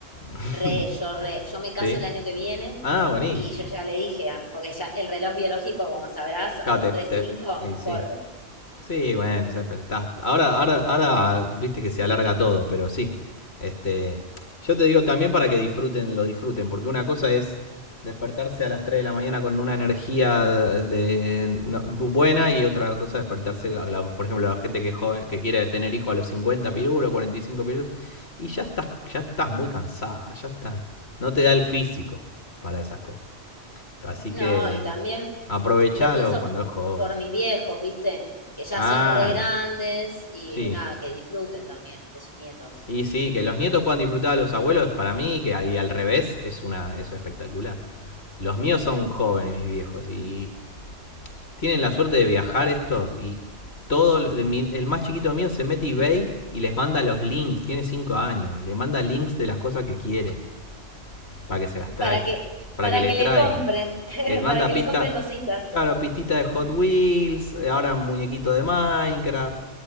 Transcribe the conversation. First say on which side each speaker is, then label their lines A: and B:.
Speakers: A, on the left; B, on the left.
A: <laughs>
B: Re, yo re, yo me caso
A: ¿Sí?
B: el año que viene
A: Ah, buenísimo.
B: y yo ya le dije, a- porque ya el reloj biológico, como sabrás, a
A: Claro,
B: los
A: te-
B: tres
A: te-
B: cinco
A: y sí.
B: corre.
A: Sí, bueno, o sea, pero estás. Ahora, ahora, ahora viste que se alarga todo, pero sí. Este, yo te digo también para que disfruten, lo disfruten, porque una cosa es despertarse a las 3 de la mañana con una energía de, no- bu- buena y otra cosa es despertarse, a la- por ejemplo, la gente que es joven, que quiere tener hijos a los 50 pirulos, 45 pirulos, y ya estás, ya estás muy cansada, ya estás, no te da el físico para esas cosas. Así
B: No,
A: que
B: y también
A: aprovechalo
B: lo pienso
A: cuando es joven.
B: por mis viejos, ¿viste? Que ya
A: Ah,
B: son re grandes
A: lo-
B: y
A: sí.
B: nada, que disfruten también de sus nietos.
A: Y sí, que los nietos puedan disfrutar a los abuelos, para mí, que y al revés, es una eso espectacular. Los míos son jóvenes, mis viejos, y tienen la suerte de viajar estos, y todo, lo- el más chiquito mío se mete a eBay y les manda los links, tiene 5 años, le manda links de las cosas que quiere para que se las traigan,
B: Para que,
A: para
B: para
A: que le
B: que
A: traigan.
B: le compren, <laughs>
A: Les manda
B: para que
A: pista,
B: le compren cositas,
A: claro, pistita de Hot Wheels, eh, ahora muñequito de Minecraft,